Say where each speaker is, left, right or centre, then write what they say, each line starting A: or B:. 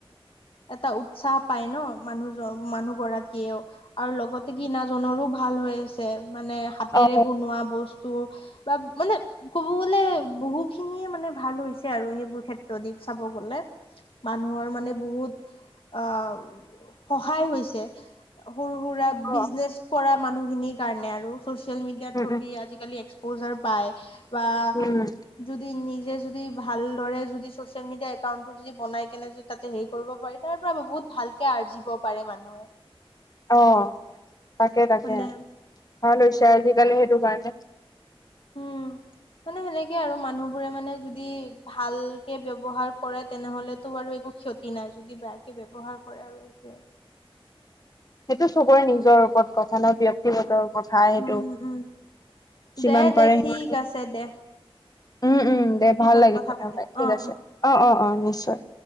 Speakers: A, on the left; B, on the left.
A: এটা উৎসাহ পায় ন, মানুহজন মানুহ গৰাকীয়েও। আৰু লগতে কি নাজনৰো ভাল হৈ আছে মানে। হাতেৰে
B: অ',
A: বনোৱা বস্তু বা, মানে ক'ব গলে। বহু খিনিয়ে মানে ভাল হৈছে আৰু সেইবোৰ ক্ষেত্ৰ দি চাব গলে। মানুহৰ মানে বহুত আহ সহায় হৈছে। সৰু - সুৰা
B: অ',
A: বিজনে কৰা মানুহখিনিৰ কাৰণে আৰু চচিয়েল মিডিয়া
B: উম,
A: থ
B: উম,
A: দি আজ। পজাৰ পায় বা।
B: উম,
A: যদি নিজে যদি ভালদৰে যদি চ'চিয়েল মিডিয়া একাউন্টটো যদি বনাই কেনে যদি। হেৰি কৰিব পাৰি, তাৰ পৰা বহুত ভালকে আৰ্জিব পাৰে মানুহে।
B: অ তাকে তাকে
A: মানে
B: ভাল হৈছে আজিকালি সেইটো কাৰণে
A: হোম মানে সেনেকে আৰু মানুহবোৰে মানে যদি ভালকে ব্যৱহাৰ কৰে তেনেহলেতো বাৰু একো ক্ষতি নাই যদি বেয়াকে ব্যৱহাৰ কৰে আৰু সেইটোৱে
B: সেইটো চবৰে নিজৰ ওপৰত কথা ন ব্য ব্যক্তিগত
A: কথা
B: কথা সেইটো
A: উম উম
B: যিমান
A: দে দে
B: পাৰে
A: ঠিক
B: সিমান
A: আছে দে
B: উম উম দে
A: পিছত
B: ভাল লাগিল কথা
A: পাতিম
B: পাতি ঠিক
A: অ
B: আছে
A: উম
B: অ অ
A: অহ
B: অ নিশ্চয়